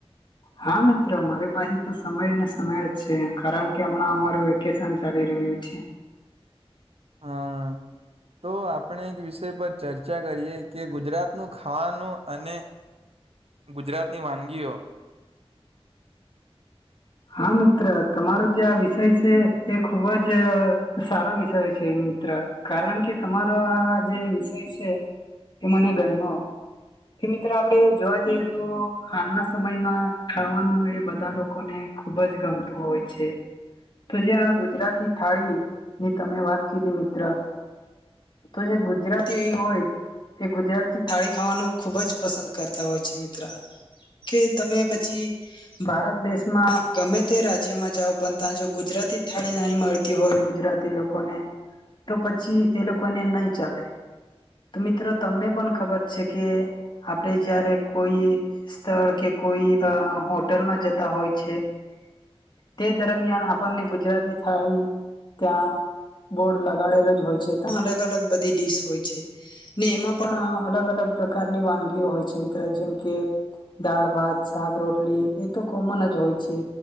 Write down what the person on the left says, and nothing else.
હા મિત્રો અમારી પાસે તો સમય ને સમય જ છે કારણ કે હમણાં અમારું વેકેશન ચાલી રહ્યું છે.
હા મિત્ર તમારો જે આ વિષય છે એ ખુબ જ સારો વિષય છે મિત્ર કારણ કે તમારો આ જે વિષય છે એ મને ગાયમો કે મિત્ર આપણેે જોવા જઈએ તો હાલના સમયમાં ખાવાનું એ બધા લોકોને ખુબ જ ગમતું હોય છે તો જેયા આ ગુજરાતી થાળી ની તમે વાત કીધી મિત્ર તો જે ગુજરાતી હોય એ ગુજરાતી થાળી ખાવાનું ખુબ જ પસંદ કરતા હોય છે મિત્ર કે તમે પછી ભારત દેશમાં ગમે તે રાજ્યમાં જાઓ પણ ત્યાં જો ગુજરાતી થાળી નહી મળતી હોય ગુજરાતી લોકોને તો પછી એ લોકોને નહી ચાલે તો મિત્રો તમને પણ ખબર છે કે આપણે જય્યારે કોઈ સ્થળ કે કોઈ અ હોટલમાં જતા હોય છે. તે દરમિયાન આપણને ગુજરાતી થાળી ત્યાં બોડ લગાડેલો જ હોય છે ત્યા અલગ અલગ બધી ડીશ હોય છે ને એમાં પણ અલગ અલગ પ્રકારની વાનગીઓ હોય છે મિત્ર જેમ કે દાળ ભાત શાક રોટલી એ તો કોમન જ હોય છે.